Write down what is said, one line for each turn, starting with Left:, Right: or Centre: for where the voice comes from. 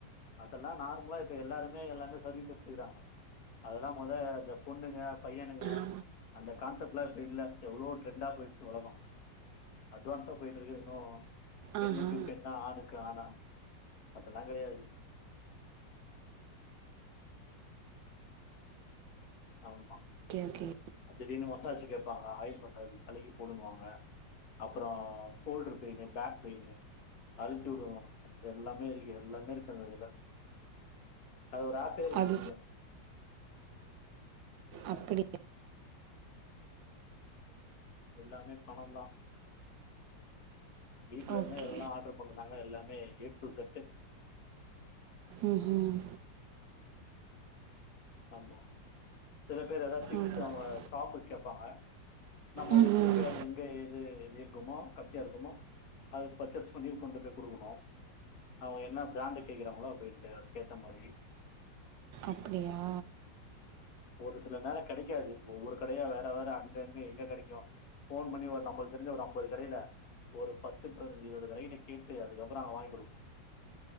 Left: அதெல்லா நார்மலா இப்ப எல்லாருமே எல்லாமே சர்வீஸ் எடுத்துக்கிறாங்க அதெல்லா மொத இந்த பொண்ணுங்க பையனுங்க
Right: ஆஹா
Left: அந்த கான்செப்ட்லா இப்ப இல்ல எவ்வளோ டிரெண்டா போயிச்சு உலகம் அட்வான்ஸா போயிட்டு இருக்கு இன்னு பெண்ணுக்கு
Right: ஆஹா
Left: பெண்ணா ஆணுக்கு ஆணா அதெல்லா கிடையாது ஆமா
Right: ஓகேஓகே
Left: ஆ அதிலயுன்னு மசாஜ் கேட்பாங்க ஆயில் மசாஜ் தலைக்கி போடுனுவாங்க அப்புறோ ஷோல்டரு பெயினு பேக் பெயினு அழச்சி விடுவோ எல்லாமே இருக்கு எல்லாமே இருக்கு அதுல்ல அது ஒரு ஆ போயிருக்க
Right: அது
Left: தனியா
Right: சரி அப்படி
Left: எல்லாமே பணதா வீட்ல இருந்து
Right: ஓகே
Left: எல்லாஆர்டர்க கொண்ணந்தாங்க எல்லாமே ஏடு டு ஈசெட்
Right: ம் ம்
Left: ஆமா சில பேர் ஏதாவது திங்ஸ்
Right: அது
Left: அவங்க
Right: சரி
Left: ஷாப்புக்கு கேப்பாங்க நம்ம அது
Right: ம்
Left: எடுத்துட்டுப்
Right: ம்
Left: போயி அயி டெய்லி டெய்லி வேருக்குமோ கம்மியா இருக்குமோ அது பர்ச்சேஸ் பண்ணி கொண்டு போய் கொடுக்கணுமோ அவங்க என்ன பிராண்டு கேக்குறாங்களோ அபடின்னுட்டு அதுக்கேத்த மாதிரி
Right: அப்படியா
Left: ஒரு சில நேரம் கிடைக்காது ஒவ்வொரு கடையா வேற வேற அங்கங்க எங்க கிடைக்கு போன் பண்ணி ஒரு நம்ளக்கு தெருச ஒரு அம்பது கடையில ஒரு பத்து பதினஞ்சு இருபது ரைடு கேட்டு அதுக்கப்புற அவ வாங்கி கொடுக்கணு